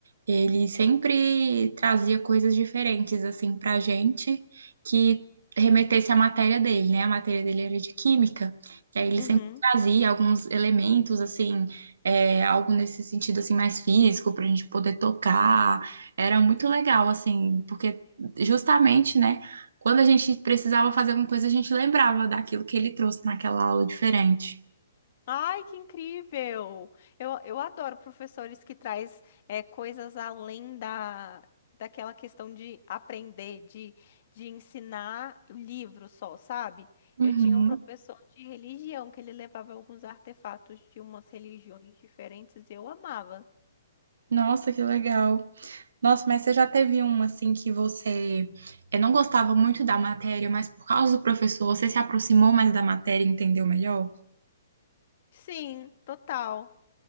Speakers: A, on the right; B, on the left.
A: ele sempre trazia coisas diferentes assim para a gente que remetesse à matéria dele, né? A matéria dele era de química, e aí ele
B: Uhum.
A: sempre trazia alguns elementos assim, é, algo nesse sentido assim mais físico para a gente poder tocar. Era muito legal assim, porque justamente, né? Quando a gente precisava fazer alguma coisa, a gente lembrava daquilo que ele trouxe naquela aula diferente.
B: Ai, que incrível! Eu, eu adoro professores que traz é, coisas além da, daquela questão de aprender, de, de ensinar o livro só, sabe?
A: Uhum.
B: Eu tinha um professor de religião que ele levava alguns artefatos de umas religiões diferentes e eu amava.
A: Nossa, que legal. Nossa, mas você já teve um assim que você eh, não gostava muito da matéria, mas por causa do professor você se aproximou mais da matéria e entendeu melhor?
B: Sim, total.